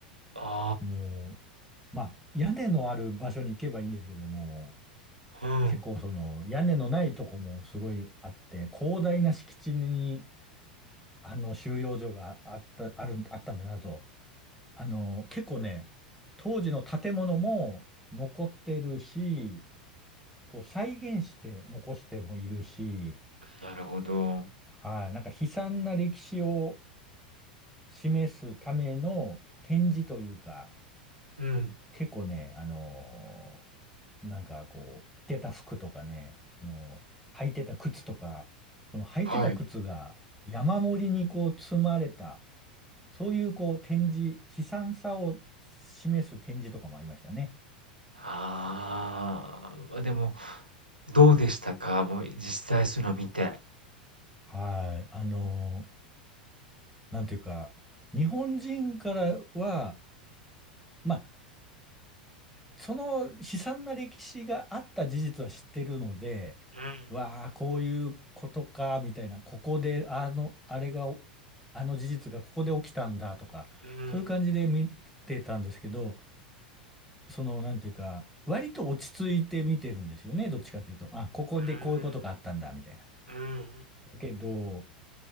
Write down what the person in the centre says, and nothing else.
もう、まあ屋根のある場所に行けばいいんですけども、
結構その屋根のないとこもすごいあって、
広大な敷地にあの収容所があった、ある、あったんだなと。あの、結構ね、当時の建物も残ってるし、こう再現して残してもいるし、
はい、なんか悲惨な歴史を示すための展示というか、
結構ね、あのーなんかこう、着てた服とかね、あの履いてた靴とか、その履いてた靴が山盛りにこう積まれた、
そういうこう展示、悲惨さを示す展示とかもありましたね。
はい、あのーなんていうか、日本人からは、まあその悲惨な歴史があった事実は知ってるので、
わあ、こういうことか、みたいな、ここで、あの、あれが、あの事実がここで起きたんだとか、
そういう感じで見てたんですけど、その、なんていうか、割と落ち着いて見てるんですよね、どっちかというと。あ、ここでこういうことがあったんだ、
みたいな。
だけど、